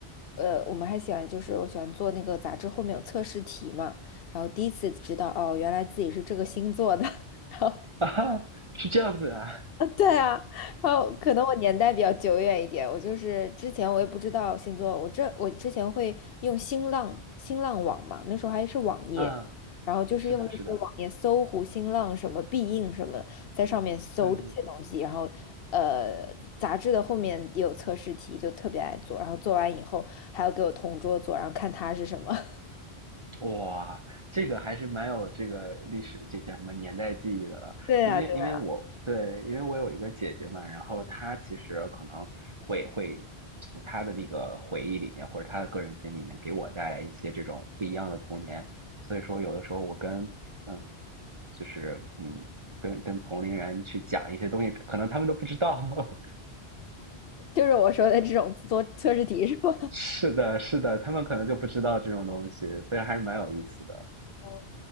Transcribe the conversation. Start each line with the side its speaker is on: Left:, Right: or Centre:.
Left: 呃，我们还喜欢就是我喜欢做那个杂志后面有测试题嘛，然后第一次知道哦，原来自己是这个星座的，<laughs> 然后
Right: <laughs> 啊哈，是这样子啊，
Left: 啊，<laughs> 对啊，然后可能我年代比较久远一点，我就是之前我也不知道星座，我这我之前会用新浪新浪网嘛，那时候还是网页，
Right: 嗯，
Left: 然后就是用那些网页搜狐、
Right: 是的，是的，
Left: 新浪什么必应什么在上面搜这些东西，
Right: 对对对。
Left: 然后呃，杂志的后面也有测试题，就特别爱做，然后做完以后还要给我同桌做，然后看他是什么。<laughs>
Right: 哇，这个还是蛮有这个历史，这叫什么年代记忆的了。
Left: 对呀，
Right: 因为因为我对，
Left: 对呀，
Right: 因为我有一个姐姐嘛，然后她其实可能会会从她的那个回忆里面，或者她的个人经历里面，给我带来一些这种不一样的童年。所以说，有的时候我跟嗯，就是嗯，跟跟同龄人去讲一些东西，可能他们都不知道。<laughs>
Left: 就是我说的这种做测试题是吧？<laughs>
Right: 是的，是的，他们可能就不知道这种东西，所以还是蛮有意思的。
Left: 嗯，